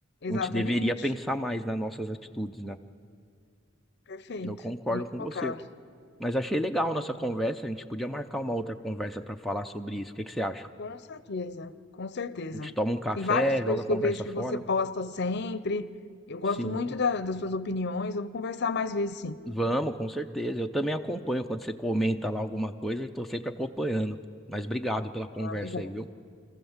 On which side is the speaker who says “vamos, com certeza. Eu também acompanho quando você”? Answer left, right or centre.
Centre